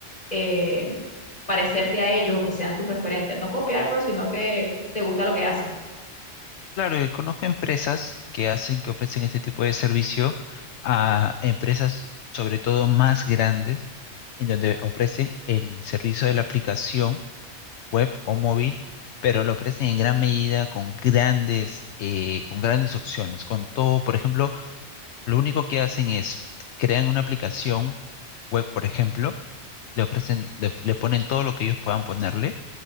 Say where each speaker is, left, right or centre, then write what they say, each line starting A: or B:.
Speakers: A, on the left; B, on the left.
A: eh, parecerte a ellos o que sean tus referentes. No copiar, pero sino que te gusta lo que hacen.
B: Claro, eh, conozco empresas que hacen, que ofrecen este tipo de servicio a empresas, sobre todo más grandes, en donde ofrecen el servicio de la aplicación web o móvil, pero lo ofrecen en gran medida con grandes, eh, con grandes opciones, con todo. Por ejemplo, lo único que hacen es crean una aplicación web, por ejemplo, le ofrecen, le, le ponen todo lo que ellos puedan ponerle,